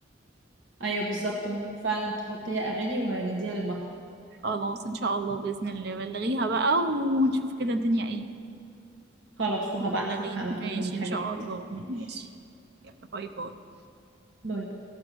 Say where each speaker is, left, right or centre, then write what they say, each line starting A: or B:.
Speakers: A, on the right; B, on the right.
A: ايوه بالظبط ممكن فعلا تحط هي اغاني ونديها للمطعم
B: خلاص ان شاء الله باذن الله بلغيها بقى ونشوف كده الدنيا ايه
A: خلاص وهبعتلك
B: وبلغيني
A: على
B: ماشي
A: طول الحاجات
B: إن شاء الله
A: ماشي
B: ماشي يلا باي باي
A: باي باي